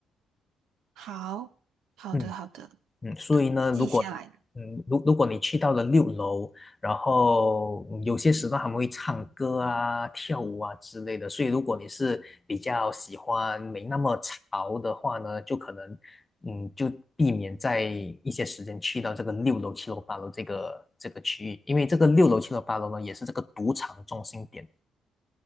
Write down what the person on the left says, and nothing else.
嗯，
嗯，所以呢，
如果嗯，如如果你去到了六楼，然后嗯有些时段他们会唱歌啊、跳舞啊之类的，所以如果你是比较喜欢没那么潮的话呢，就可能嗯，就避免在一些时间去到这个六楼、七楼、八楼这个这个区域，因为这个六楼、七楼、八楼呢，也是这个赌场中心点。